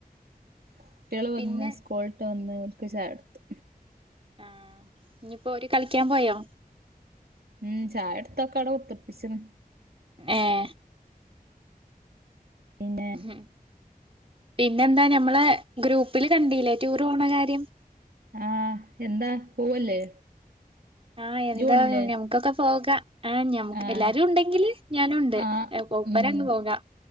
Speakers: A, on the right (about 80°); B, on the right (about 35°).
A: കുട്ട്യോള്
B: പിന്നെ
A: വന്ന് സ്കൂള്ട്ട് വന്ന് ഓൽക്ക് ചായൊട്ത്ത്
B: ആഹ് ഇഞ്ഞ്പ്പോ ഓര് കളിക്കാൻ പോയോ
A: ഉം ചായൊട്ത്തൊക്കെ അവടെ കുത്തിർപ്പിച്ച്ണ്
B: ഏഹ്
A: പിന്നെ
B: ഹ് പിന്നെന്താ ഞമ്മളെ ഗ്രൂപ്പില് കണ്ടീല്ലേ ടൂർ പോണ കാര്യം.
A: ആ എന്താ പോവല്ലേ?
B: ആ എന്താ
A: ഇയ്യ് പോണില്ലേ
B: ഞമക്കൊക്കെ പോകാ ആം നമുക്ക്
A: ആഹ്
B: എല്ലാരു ഉണ്ടെങ്കില് ഞാനുണ്ട്.
A: ആഹ്
B: ഏഹ് കൊപ്പരങ്ങ്
A: ഉം
B: പോകാ.